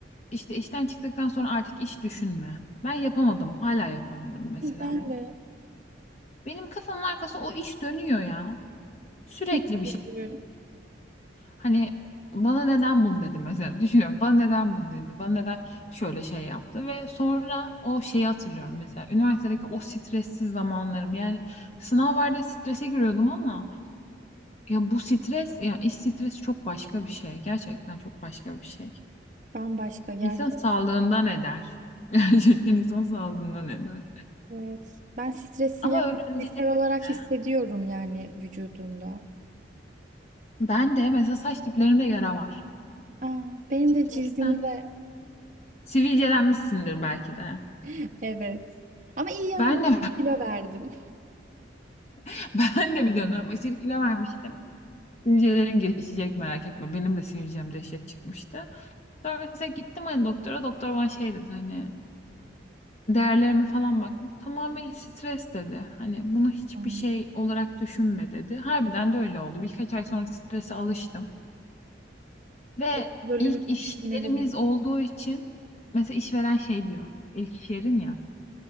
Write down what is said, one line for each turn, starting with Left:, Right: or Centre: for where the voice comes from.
Left: İşte işten çıktıktan sonra artık iş düşünme. Ben yapamadım. Hala yapamıyorum mesela
Right: <laughs> Ben
Left: bunu.
Right: de
Left: Benim kafamın arkası o iş dönüyor ya. Sürekli
Right: çok
Left: bir
Right: üzücü.
Left: şey. Hani bana neden bunu dedi mesela düşünüyorum bana neden bunu dedi bana neden şöyle şey yaptı ve sonra o şeyi hatırlıyorum mesela üniversitedeki o stressiz zamanlarım yani sınav vardı strese giriyordum ama ya bu stres ya iş stresi çok başka bir şey gerçekten çok başka bir şey
Right: Bambaşka gerçek.
Left: İnsan sağlığından eder <laughs> gerçekten insan sağlığından eder
Right: Evet. Ben stresi
Left: ama
Right: yani
Left: öğreneceğiz
Right: fiziksel
Left: işte
Right: olarak hissediyorum yani vücudumda.
Left: ben de mesela saç diplerimde yara var
Right: Aa, benim
Left: stresten
Right: de cildimde.
Left: sivilcelenmişsindir belki de
Right: <laughs> Evet. Ama iyi yanı
Left: ben
Right: da
Left: de
Right: var. Kilo verdim.
Left: <laughs> Ben de bir dönem aşırı kilo vermiştim. Hücrelerin geçecek merak etme. Benim de sivilcem dehşet çıkmıştı. Sonra mesela gittim hani doktora. Doktor bana şey dedi hani değerlerime falan baktı. Bu tamamen stres dedi. Hani bunu hiçbir
Right: Aa,
Left: şey olarak düşünme dedi. Harbiden de öyle oldu. Birkaç ay sonra strese alıştım. Ve
Right: Kortizolümüzü
Left: ilk iş
Right: düşürmeliyiz.
Left: yerimiz olduğu için mesela işveren şey diyor. İlk iş yerin ya.